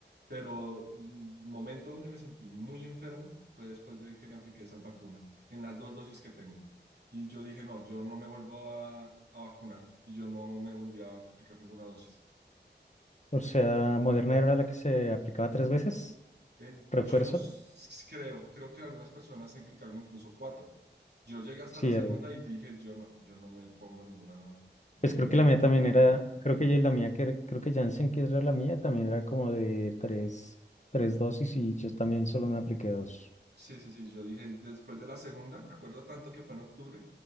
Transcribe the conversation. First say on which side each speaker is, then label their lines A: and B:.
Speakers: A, on the right (about 60°); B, on the left (about 40°).
A: pero un momento donde me sentí muy enfermo fue después de que me apliqué esas vacunas, en las dos dosis que tengo. Y yo dije, no, yo no me vuelvo a, a vacunar. Y yo no me volví a aplicar ninguna dosis.
B: O sea, Moderna era la que se aplicaba tres veces,
A: Eh,
B: refuerzo.
A: yo no s- creo, creo que algunas personas se aplicaron incluso cuatro. Yo llegué hasta
B: Sí,
A: la segunda
B: eh,
A: y dije, yo no, yo no me pongo ninguna vacuna
B: pues creo que
A: más,
B: la mía
A: ¿por
B: también
A: qué
B: era,
A: no?
B: creo que ya la mía, que era- creo que Janssen, que era la mía, también era como de tres, tres dosis y yo también solo me apliqué dos.
A: Sí, sí, sí, yo dije después de la segunda, me acuerdo tanto que fue en octubre,